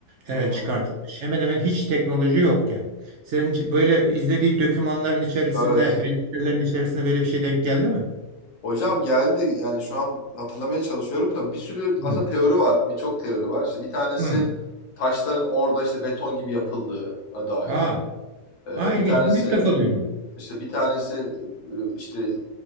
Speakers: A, on the left; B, on the right.
A: Hı
B: e,
A: hı.
B: çıkartılmış. Hemen hemen hiç teknoloji yokken. Sen c- böyle izlediğin dokümanların içerisinde,
A: Evet.
B: belgesellerin içerisinde böyle bir şey denk geldi mi?
A: Hocam geldi. Yani şu an hatırlamaya çalışıyorum da bir sürü
B: Hı.
A: aslında teori var. Birçok teori var. İşte bir tanesi
B: Hı.
A: taşların orada işte beton gibi yapıldığına dair.
B: Aa,
A: Ee,
B: aa ilginç.
A: bir tanesi
B: Bunu ilk defa duydum.
A: işte bir tanesi e, işte